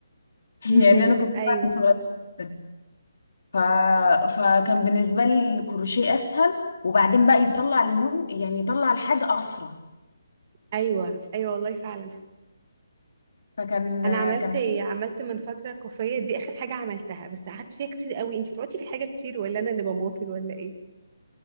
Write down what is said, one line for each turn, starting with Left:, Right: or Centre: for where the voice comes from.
Left: <laughs>
Right: امم
Left: يعني انا كنت
Right: ايوه
Left: فعلا صغيره جدا ف... فكان بالنسبه لي الكروشيه اسهل وبعدين بقى يطلع المن يعني يطلع الحاجه اسرع
Right: ايوه ايوه والله فعلا
Left: فكان
Right: انا عملت
Left: كان
Right: إيه؟ عملت من فتره كوفيه دي اخر حاجه عملتها بس قعدت فيها كتير قوي انت بتقعدي في الحاجه كتير ولا انا اللي بماطل ولا ايه